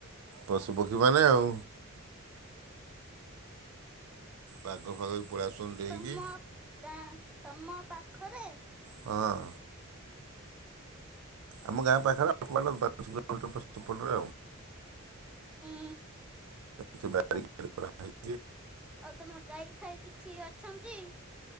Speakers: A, on the right; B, in the centre.
A: ପଶୁପକ୍ଷୀମାନେ ଆଉ। ବାଘ ଫାଗ ବି ପଳେଇ ଆସୁଛନ୍ତି ଡେଇଁକି
B: ତମ ଗାଁ ତମ ପାଖରେ?
A: ହଁ। ଆମ ଗାଁ ପାଖରେ ମାନେ <unintelligible> ସେପଟରେ ଆଉ।
B: ଉଁ
A: ସେ ବାରିଭିତରେ ଗଲାଭାରି।
B: ଆଉ ତମ ଗାଈ ଫାଇ କିଛି ଅଛନ୍ତି?